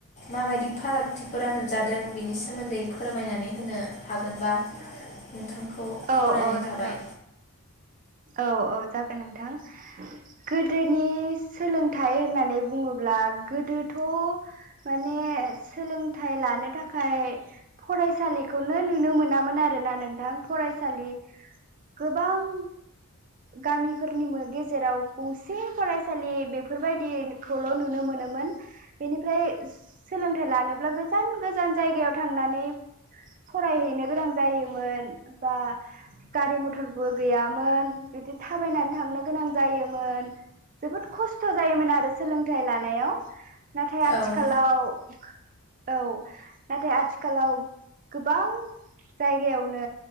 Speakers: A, on the left; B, on the right.
A: माबायदि फारागथिफोरा नुजादों बेनि सोमोन्दै फोरमायनानै होनो हागोनबा नोंथांखौ खावलायनाय
B: औ औ नोंथां
A: थाबाय
B: औ औ जागोन नोंथां गोदोनि सोलोंथाइ होननानै बुङोब्ला गोदोथ' माने सोलोंथाइ लानो थाखाय फरायसालिखौनो नुनो मोनामोन आरोना नोंथां फरायसालि गोबां गामिफोरनि मो गेजेराव गंसे फरायसालि बेफोरबायदिखौल' नुनो मोनोमोन बेनिफ्राय सोलोंथाइ लानोब्ला गोजान गोजान जायगायाव थांनानै फरायहैनो गोनां जायोमोन बा गारि मथरबो गैयामोन बिदि थाबायनानै थांनो गोनां जायोमोन जोबोद खस्थ' जायोमोन आरो सोलोंथाइ लानायाव नाथाय आथिखालाव
A: औ
B: औ नाथाय आथिखालाव गोबां जायगायावनो